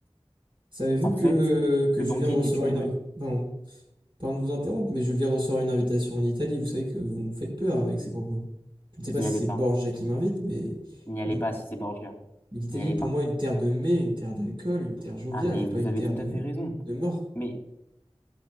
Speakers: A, on the right (about 50°); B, on the left (about 20°).
A: Savez-vous
B: En
A: que,
B: fait,
A: que
B: le
A: je
B: banquet
A: viens de
B: était
A: recevoir
B: une
A: une...
B: ruse,
A: Pardon, pardon de vous interrompre, mais je viens de recevoir une invitation en Italie. Vous savez que vous me faites peur avec ces propos. Je ne sais pas
B: n'y
A: si
B: allez
A: c'est
B: pas.
A: Borgia qui m'invite, mais
B: N'y allez
A: l'I-
B: pas si c'est Borgia.
A: mais l'Italie
B: N'y allez
A: est pour
B: pas.
A: moi une terre de mai, une terre d'alcool, une terre joviale,
B: Ah, mais
A: pas
B: vous
A: une
B: avez
A: terre
B: tout
A: de,
B: à fait raison.
A: de mort.
B: Mais